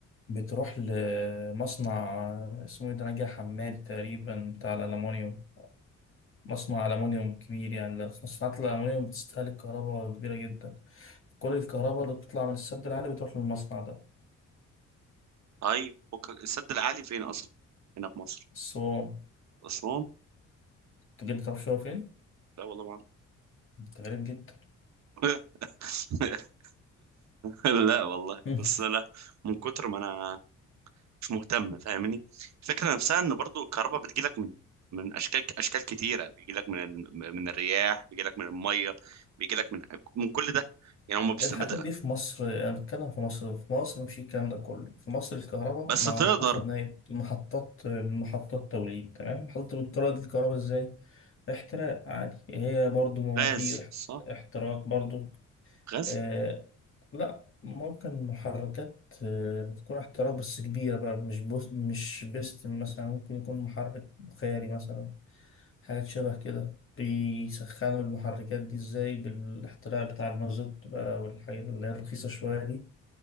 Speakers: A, on the left; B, on the right.
A: بتروح لمصنع اسمه ايه ده نجع حماد تقريبا بتاع الألمونيوم مصنع ألمونيوم كبير يعني لو مصنعات الألمونيوم بتستهلك كهرباء كبيرة جدا كل الكهرباء اللي بتطلع من السد العالي بتروح للمصنع ده
B: طيب فكك- السد العالي فين اصلا هنا في مصر
A: الصوان
B: اسوان
A: تجيب تعرف شو فين؟
B: لا والله ما
A: انت غريب جدا
B: أعرف. <laughs> لا والله
A: <laughs>
B: بس لا من كتر ما انا مش مهتم فاهمني الفكره نفسها ان برضو الكهرباء بتجيلك من من اشكال اشكال كتيره بيجيلك من ال- من الرياح بيجيلك من الميه بيجيلك من من كل ده يعني هم بس
A: الحاجات
B: بدأ
A: دي في مصر أنا بتكلم في مصر في مصر مش الكلام ده كله في مصر الكهرباء
B: بس
A: معروفة
B: تقدر
A: إن هي محطات محطات توليد تمام محطة بتولد الكهرباء إزاي؟ احتراق عادي هي برضو مواتير
B: غاز صح
A: احتراق برضو
B: غاز
A: آه لا ممكن محركات آه بتكون احتراق بس كبيرة بقى مش بوس مش بستن مثلا ممكن يكون محرك بخاري مثلا حاجات شبه كده بيسخنوا المحركات دي ازاي بالاحتراق بتاع المازوت بقى والحاجات اللي هي الرخيصة شوية دي